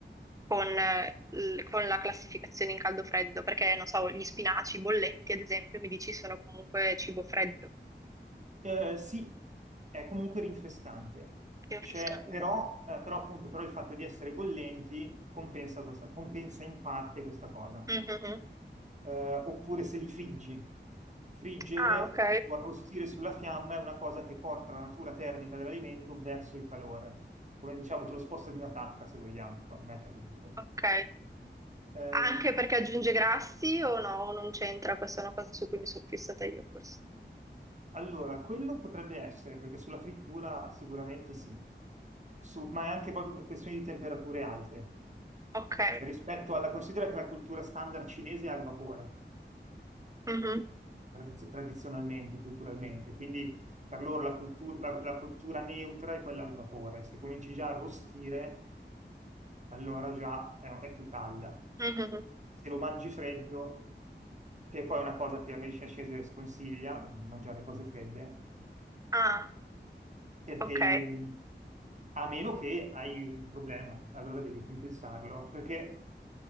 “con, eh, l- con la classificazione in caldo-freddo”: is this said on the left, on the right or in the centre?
Right